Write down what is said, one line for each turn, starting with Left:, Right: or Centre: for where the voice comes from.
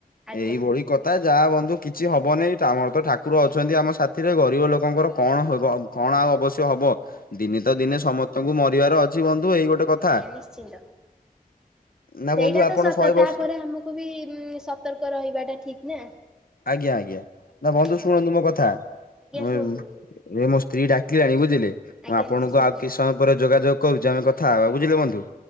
Centre: ଆଜ୍ଞା
Left: ଏଇଭଳି କଥା ଯାହା ବନ୍ଧୁ କିଛି ହବନେଇଁ ତ ଆମର ତ ଠାକୁର ଅଛନ୍ତି ଆମ ସାଥିରେ ଗରିବ ଲୋକଙ୍କର କଣ ହେବ। କଣ ଆଉ ଅବଶ୍ୟ ହବ ଦିନେ ତ
Centre: ଆଜ୍ଞା।
Left: ଦିନେ ସମସ୍ତଙ୍କୁ ମରିବାର ଅଛି ବନ୍ଧୁ ଏଇ ଗୋଟେ କଥା
Centre: ଆଜ୍ଞା ନିଶ୍ଚିନ୍ତ
Left: ନା
Centre: ସେଇଟା
Left: ବନ୍ଧୁ ଆପଣ
Centre: ତ ସତ
Left: ଶହେ ବର୍ଷ
Centre: ତାପରେ ଆମକୁ ବି ମଁ ସତର୍କ ରହିବାଟା ଠିକ୍ ନା।
Left: ଆଜ୍ଞା ଆଜ୍ଞା ନା
Centre: ଆଜ୍ଞା
Left: ବନ୍ଧୁ ଶୁଣନ୍ତୁ ମୋ କଥା।
Centre: ଆଜ୍ଞା
Left: ଏମ
Centre: କୁହନ୍ତୁ
Left: ଏ ମୋ ସ୍ତ୍ରୀ ଡାକିଲାଣି ବୁଝିଲେ ମୁଁ
Centre: ଆଜ୍ଞା
Left: ଆପଣଙ୍କୁ
Centre: ନିଶ୍ଚିନ୍ତ
Left: ଆଉ କିସ୍ ସମ ପରେ ଯୋଗାଯୋଗ କରୁ ଆମେ କଥା ବୁଝିଲେ ବନ୍ଧୁ।